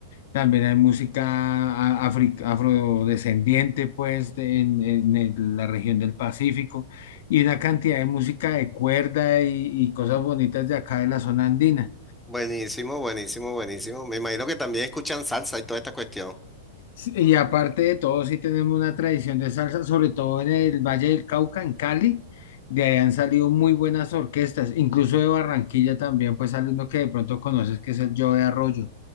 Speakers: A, on the left; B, in the centre.
A: También hay música a- afri- afrodescendiente, pues, de- en, en el- la región del Pacífico, y una cantidad de música de cuerda y, y cosas bonitas de acá de la zona andina.
B: Buenísimo, buenísimo, buenísimo. Me imagino que también escuchan salsa y toda esta cuestión.
A: Sí, Y aparte de todo, sí tenemos una tradición de salsa, sobre todo en el Valle del Cauca, en Cali. De ahí han salido muy buenas orquestas, incluso de Barranquilla también, pues sale uno que de pronto conoces, que es el Joe de Arroyo.